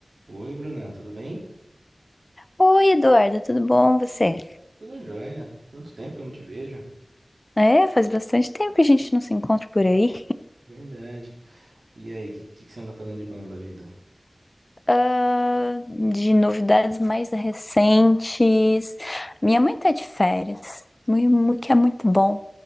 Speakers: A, on the right (about 75°); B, on the left (about 30°).
A: Oi, Bruna, tudo bem?
B: Oi, Eduarda, tudo bom? Você?
A: Tudo jóia. Quanto tempo que eu não te vejo?
B: É, faz bastante tempo que a gente não se encontra por aí.
A: Verdade. E aí, o que, que, que você anda fazendo de bom da vida?
B: Ah, de novidades mais recentes. Minha mãe tá de férias, mui- mui- que é muito bom.